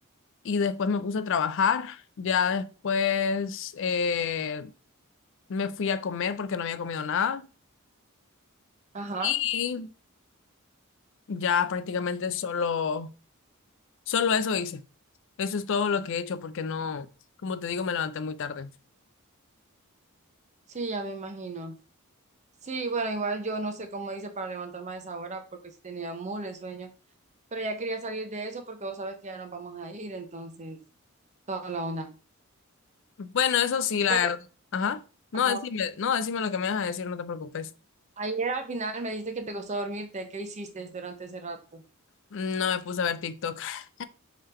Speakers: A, on the left; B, on the right.
A: y después me puse a trabajar. Ya después eh, me fui a comer porque no había comido nada
B: Ajá.
A: y ya prácticamente solo Solo eso hice. Eso es todo lo que he hecho porque no, como te digo, me levanté muy tarde.
B: Sí, ya me imagino. Sí, bueno, igual yo no sé cómo hice para levantarme a esa hora porque sí tenía muy de sueño, pero ya quería salir de eso porque vos sabes que ya nos vamos a ir, entonces toda la onda.
A: Bueno, eso sí, la
B: Pero,
A: verdad. Ajá. No,
B: ajá.
A: decime, no, decime lo que me vas a decir, no te preocupes.
B: Ayer al final me dijiste que te costó dormirte. ¿Qué hiciste durante ese rato?
A: No me puse a ver TikTok. <laughs>